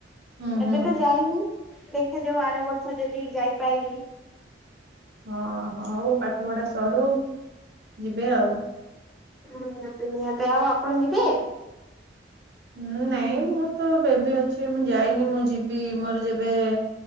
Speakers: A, on the right; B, in the centre.
A: ହୁଁ ହୁଁ
B: ଏବେତ ଯାଇନି ଦେଖାଯାଉ ଆରବର୍ଷ ଯଦି ଯାଇପାଇଲିି।
A: ହଁ ହଉ ପାଠପଢା ସରୁ ଯିବେ ଆଉ।
B: <unintelligible> ନିହାତି ନିହାତି ଆଉ ଆପଣ ଯିବେ?
A: ଉୁଁ ନାଇଁ ମୁଁତ ବେବି ଅଛି ମୁଁ ଯାଇନି ମୁଁ ଯିବି ମୋର ଯେବେ